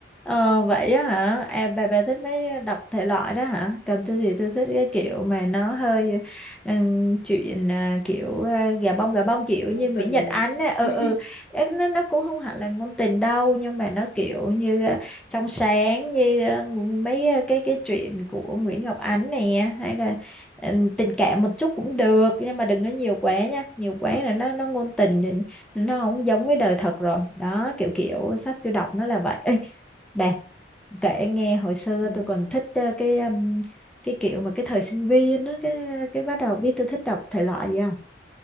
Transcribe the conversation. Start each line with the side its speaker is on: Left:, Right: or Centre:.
Centre: Ờ, vậy á hả? À, bà bà thích mấy đọc thể loại đó hả? Còn tôi thì tôi thích cái kiểu mà nó hơi ừm, chuyện à, kiểu à, gà bông gà bông kiểu như
Left: ngôn
Centre: Nguyễn
Left: tình
Centre: Nhật Ánh á. Ừ
Left: <laughs>
Centre: ừ Ê, nó nó cũng không hẳn là ngôn tình đâu nhưng mà nó kiểu như à, trong sáng như à, mấy à, cái cái chuyện của Nguyễn Ngọc Ánh nè hay là ừm, tình cảm một chút cũng được nhưng mà đừng có nhiều quá nha. Nhiều quá là nó nó ngôn tình thì nó không giống với đời thật rồi. Đó kiểu kiểu sách tôi đọc nó là vậy. Ê, Bà kể nghe hồi xưa
Left: Ừ,
Centre: tôi còn thích ờ, cái um, cái kiểu mà cái thời sinh viên á cái cái bắt đầu biết tôi thích đọc thể loại gì không?